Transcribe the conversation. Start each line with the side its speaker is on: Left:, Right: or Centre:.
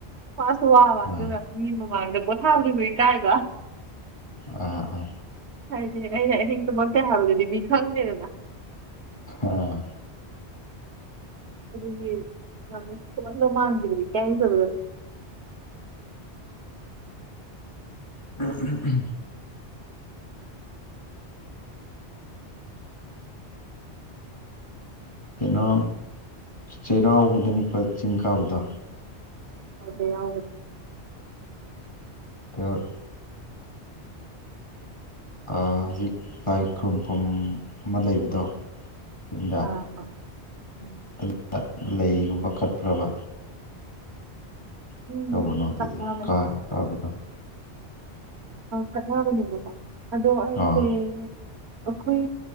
Right: ꯋꯥꯁꯨ ꯋꯥꯕ ꯑꯗꯨꯒ
Left: ꯑꯥ
Right: ꯃꯤ ꯃꯃꯥꯡꯗ ꯄꯣꯊꯥꯕꯗꯨꯁꯨ ꯏꯀꯥꯏꯕ
Left: ꯑꯥ ꯑꯥ
Right: ꯍꯥꯏꯗꯤ ꯑꯩꯅ ꯑꯍꯤꯡꯗꯨꯃꯛꯇꯦ ꯍꯥꯏꯕꯗꯨꯗꯤ ꯃꯤ ꯈꯪꯗꯦꯗꯅ
Left: ꯑꯥ
Right: ꯑꯗꯨꯒꯤ ꯌꯥꯝꯅꯨ ꯃꯥꯟꯈꯤꯕꯗꯤ ꯀꯩ ꯍꯥꯏꯗꯕꯗ
Left: ꯎꯝ ꯀꯩꯅꯣ ꯆꯩꯔꯥꯎꯕꯗꯅꯤꯀꯣ ꯆꯤꯡ ꯀꯥꯕꯗ
Right: ꯑꯗꯦ ꯌꯥꯎ
Left: ꯆꯗꯣ ꯍꯧꯖꯤꯛ ꯂꯥꯏ ꯈꯨꯔꯨꯝꯐꯝ ꯑꯃ ꯂꯩꯕꯗꯣ ꯁꯤꯡꯗ
Right: ꯑꯥ ꯎꯝ
Left: ꯑꯗꯨꯗ ꯂꯩꯒꯨꯝꯕ ꯀꯠꯄ꯭ꯔꯕ ꯀꯃꯥꯏꯅ
Right: ꯎꯝ
Left: ꯇꯧꯕꯅꯣ ꯑꯗꯨꯗ
Right: ꯀꯠꯅꯕꯅꯦ
Left: ꯀꯥꯕꯤꯗꯣ
Right: ꯀꯠꯅꯕꯅꯦꯕꯀꯣ ꯑꯗꯣ ꯑꯩꯁꯦ
Left: ꯑꯥ
Right: ꯑꯩꯈꯣꯏ